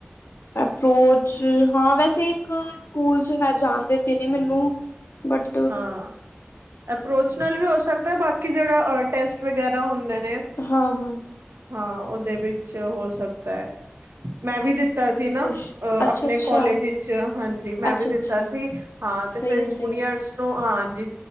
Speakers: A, on the left; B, on the right.
A: ਅਪਰੋਚ ਹਾਂ ਵੈਸੇ ਇੱਕ ਸਕੂਲ 'ਚ ਹੈ ਜਾਣਦੇ ਤੇ ਨੇ ਮੈਨੂੰ ਬਟ
B: ਹਾਂ ਅਪਰੋਚ ਨਾਲ ਵੀ ਹੋ ਸਕਦਾ ਬਾਕੀ ਜਿਹੜਾ ਅਹ ਟੈਸਟ ਵਗੈਰਾ ਹੁੰਦੇ ਨੇ।
A: ਹਾਂ-ਹਾਂ
B: ਹਾਂ ਉਹਦੇ ਵਿੱਚ ਹੋ ਸਕਦਾ ਹੈ ਮੈਂ ਵੀ ਦਿੱਤਾ ਸੀ ਨਾ।
A: ਕੁਛ
B: ਅ
A: ਅੱਛਾ
B: ਆਪਣੇ
A: ਅੱਛਾ
B: ਕੋਲਜ ਵਿੱਚ ਹਾਂਜੀ ਮੈਂ
A: ਅੱਛਾ
B: ਵੀ ਦਿੱਤਾ
A: ਅੱਛਾ
B: ਸੀ ਹਾਂ
A: ਸਹੀ
B: ਤੇ ਫਿਰ
A: ਹੈ ਸਹੀ
B: ਜੂਨੀਅਰਸ
A: ਹੈ
B: ਮੰਨ ਲਓ ਹਾਂਜੀ